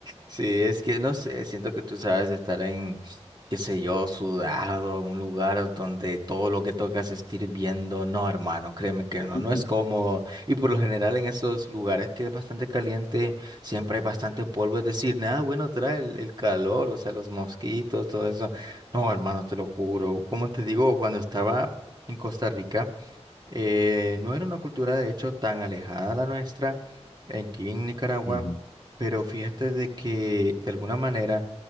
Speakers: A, on the right (about 40°); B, on the left (about 80°).
A: Sí, es que no sé, siento que tú sabes estar en, qué sé yo, sudado, en un lugar donde todo lo que tocas está hirviendo. No, hermano, créeme
B: <laughs>
A: que no,
B: Ujú.
A: no es cómodo. Y por lo general en esos lugares que es bastante caliente, siempre hay bastante polvo. Es decir, nada bueno trae el, el calor, o sea, los mosquitos, todo eso. No, hermano, te lo juro. Como te digo, cuando estaba en Costa Rica. Eh, no era una cultura, de hecho, tan alejada de la nuestra aquí en Nicaragua,
B: Ujú,
A: pero fíjate de que de alguna manera